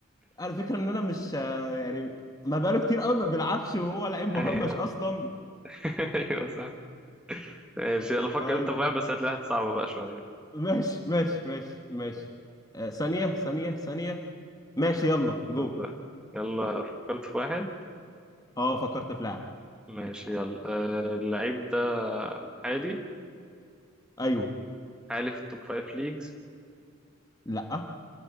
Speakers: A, on the left; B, in the centre.
A: على فكره ان انا مش آه، يعني ما بقاله كتير قوي ما بيلعبش وهو لعيب مهمش
B: ايوه
A: اصلا
B: <laughs> ايوه صح ماشي يلا فكر
A: طيب
B: انت في واحد بس هتلاقيها صعبة بقى شوية
A: ماشي ماشي ماشي ماشي آه، ثانيه ثانيه ثانيه ماشي يلا جو
B: طب يلا فكرت في واحد
A: اه فكرت في لاعب
B: ماشي يلا آه، اللعيب ده عالي
A: ايوه
B: عالي في التوب فايف ليجز
A: لا